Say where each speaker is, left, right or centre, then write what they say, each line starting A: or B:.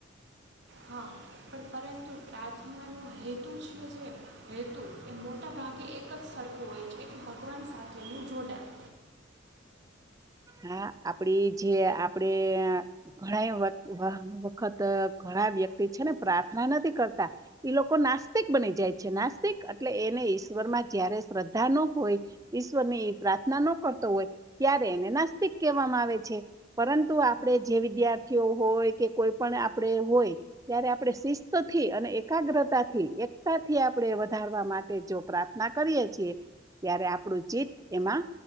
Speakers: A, on the right (about 55°); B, on the right (about 15°).
A: હા પણ પરંતુ પ્રાર્થનાનો હેતુ છે જે હેતુ એ મોટાભાગે એક જ સરખો હોય છે કે ભગવાન સાથેનું જોડાણ.
B: હા આપડી જે આપડે ઘણા વખત ઘણા વ્યક્તિ છે ને પ્રાર્થના નથી કરતા ઈ લોકો નાસ્તિક બની જાય છે નાસ્તિક એટલે એને ઈશ્વર માં જયારે શ્રદ્ધા ન હોય ઈશ્વરની પ્રાર્થના ન કરતો હોય ત્યારે એને <unintelligible> આવે છે પરંતુ આપણે જે વિદ્યાર્થીઓ હોય કે કોઈ પણ આપણે હોય ત્યારે આપણે શિસ્તથી અને એકાગ્રતાથી એકતાથી આપણે વધારવા માટે જો પ્રાર્થના કરીએ છીએ ત્યારે આપણું ચીત એમાં